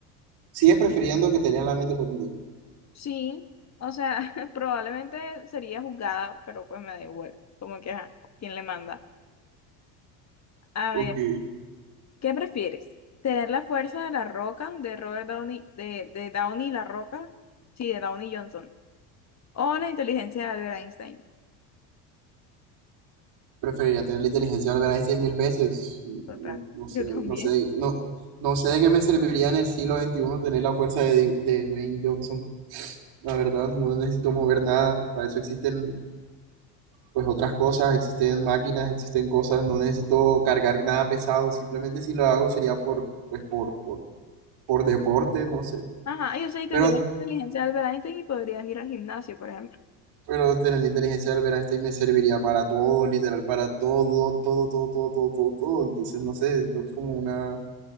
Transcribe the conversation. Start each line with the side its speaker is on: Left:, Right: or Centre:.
Right: Sigues prefiriendo que te lean la mente por un día.
Left: sí, o sea, <laughs> probablemente sería juzgada, pero pues me da igual, como que, ajá, ¿quién le manda? A
Right: Ok.
Left: ver, ¿qué prefieres? ¿Tener la fuerza de la Roca, de Robert Downey, de, de Downey la Roca? Sí, de Downey Johnson. ¿O la inteligencia de Albert Einstein?
Right: Preferiría tener la inteligencia de Albert Einstein mil veces.
Left: Total,
Right: No, no sé,
Left: yo también.
Right: no sé, no, no sé de qué me serviría en el siglo veintiuno tener la fuerza de, de Dwayne Johnson. La verdad, no necesito mover nada. Para eso existen pues otras cosas, existen máquinas, existen cosas. No necesito cargar nada pesado. Simplemente si lo hago sería por pues por por, por deporte, no sé.
Left: Ajá, yo sé, y tendrías
Right: Pero
Left: la inteligencia de Albert Einstein y podrías ir al gimnasio, por ejemplo.
Right: pero tener la inteligencia del Einstein me serviría para todo, literal, para todo, todo, todo, todo, todo, todo, todo. Entonces, no sé, creo es como una,